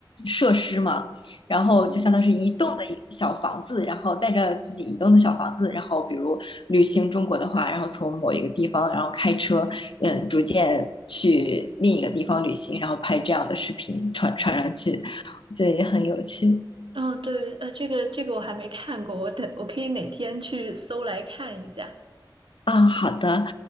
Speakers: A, on the left; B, on the right.
A: 设施嘛，然后就相当是移动的一个小房子，
B: 嗯。
A: 然后带着自己移动的小房子，然后比如旅行中国的话，然后从某一个地方，然后开车，嗯，逐渐去另一个地方旅行，然后拍这样的视频传传上去，<laughs> 这也很有趣。
B: 嗯，对，呃，这个这个我还没看过，我等我可以哪天去搜来看一下。
A: 啊，好的。